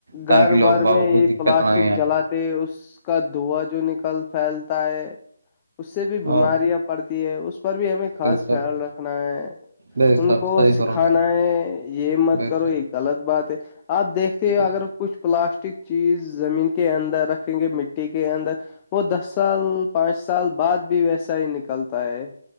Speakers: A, on the right; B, on the left.
A: تاکہ
B: گھر
A: لوگ
B: وور
A: باغوں
B: میں
A: کو
B: یہ
A: دقت
B: پلاسٹک
A: نہیں آئے
B: جلا اس کا دھو جو نکل پھیلتا ہے اس سے بھی
A: ہاں
B: بیماریاں پڑتی ہے اس پر بھی ہمیں خاص
A: بے شک
B: خیال رکھنا ہے
A: بے شک
B: ان کو
A: صحیح فرمایا
B: دکھانا
A: آپ
B: ہے
A: نے
B: یہ مت
A: بے
B: کرو یہ غلط بات ہے آپ دیکھتے ہو اگر
A: شک
B: کچھ پلاسٹک چیز زمین کے اندر رکھیں گے مٹی کے اندر وہ دس سال پانچ سال بعد بھی ویسا ہی نکلتا ہے